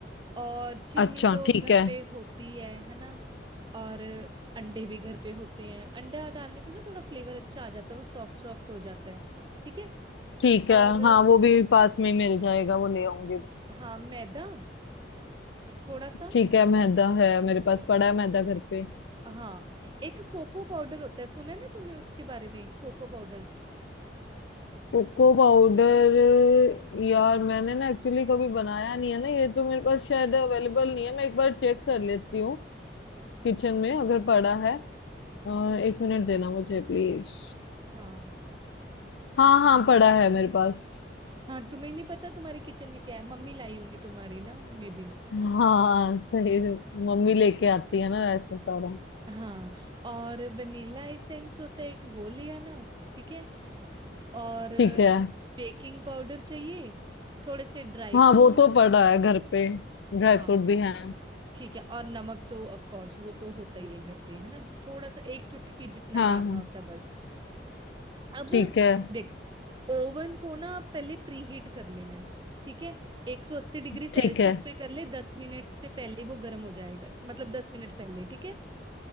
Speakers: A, on the right (about 25°); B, on the left (about 90°).
A: और चीनी
B: अच्छा
A: तो
B: ठीक
A: घर
B: है
A: पे होती है है ना और अंडे भी घर पे होते हैं अंडा डालने से ना थोड़ा फ्लेवर अच्छा आ जाता है वो सॉफ्ट सॉफ्ट हो जाता है ठीक है
B: ठीक
A: और
B: है हाँ वो भी पास में ही मिल जाएगा वो ले आऊंगी
A: हाँ मैदा थोड़ा सा
B: ठीक है मैदा है मेरे पास पड़ा है मैदा घर पे
A: हाँ एक कोको पाउडर होता है सुना है ना तूने उसके बारे में कोको पाउडर
B: Cocoa powder यार मैंने ना एक्चुअली कभी बनाया नहीं है ना ये तो मेरे पास शायद अवेलेबल नहीं है मैं एक बार चेक कर लेती हूँ किचन में अगर पड़ा है अ, एक मिनट देना मुझे प्लीज
A: हाँ
B: हाँ हाँ पड़ा है मेरे पास
A: हाँ तुम्हें नहीं पता तुम्हारी किचन में क्या है मम्मी लाई होंगी तुम्हारी ना मे बी
B: हाँ सही मम्मी लेके आती है ना ऐसा सारा
A: हाँ और वनीला एसेंस होता है एक वो ले आना ठीक है और
B: ठीक है
A: बेकिंग पाउडर चाहिए थोड़े से ड्राई
B: हाँ
A: फ्रूट्स
B: वो तो पड़ा है घर पे ड्राई
A: हाँ
B: फ्रूट भी है
A: ठीक है और नमक तो ऑफ कोर्स वो तो होता ही है घर पे है ना थोड़ा सा एक चुटकी जितना
B: हाँ
A: डालना
B: हाँ
A: होता है बस अब
B: ठीक है
A: देख ओवन को ना पहले प्रीहीट कर लेना है ठीक है 180 डिग्री सेल्सियस
B: ठीक है
A: पे कर ले 10 मिनट से पहले वो गर्म हो जाएगा मतलब 10 मिनट पहले ठीक है